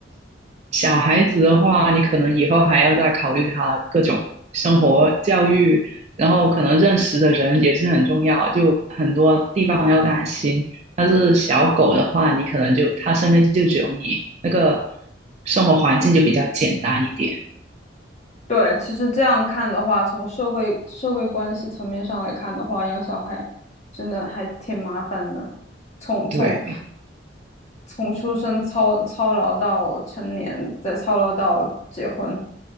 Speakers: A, on the right; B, on the left.
A: 小孩子的话，你可能以后还要再考虑他各种生活教育，然后可能认识的人也是很重要，就很多地方要担心。但是小狗的话，你可能就它身边就只有你，那个生活环境就比较简单一点。
B: 对，其实这样看的话，从社会社会关系层面上来看的话，养小孩真的还挺麻烦的。从从
A: 对
B: 从出生操操劳到成年，再操劳到结婚，